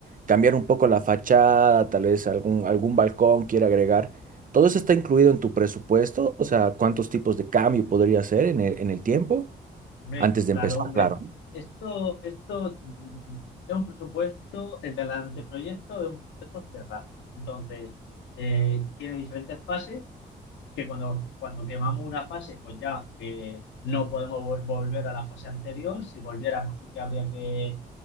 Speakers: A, on the right (about 45°); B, on the left (about 85°).
A: cambiar un poco la fachada, tal vez algún, algún balcón quiera agregar. ¿Todo eso está incluido en tu presupuesto? O sea, ¿cuántos tipos de cambio podría hacer en el, en el tiempo?
B: Hombre,
A: Antes de
B: claro,
A: empezar,
B: hombre.
A: claro.
B: Esto, esto mm, es un presupuesto, el del anteproyecto es un presupuesto cerrado. Entonces, eh, tiene diferentes fases que cuando, cuando quemamos una fase, pues ya eh, no podemos vol- volver a la fase anterior. Si volviéramos, sí que habría que,